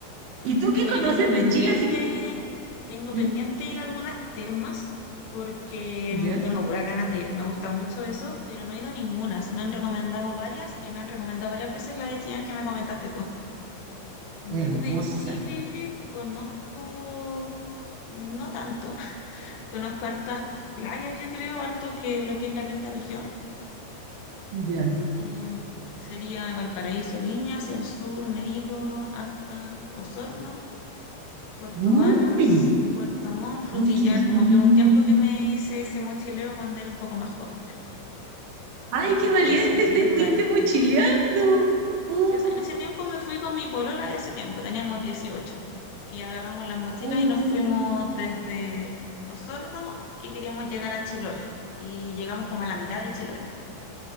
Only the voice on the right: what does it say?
¿Y
tú
qué conoces
de Chile? Así...
¿Mm?
¿Ya?
Hermosa.
Ya.
Uy,
ay, qué lindo.
Ay,
qué valiente,
te
fuiste mochileando. Uh,
uh.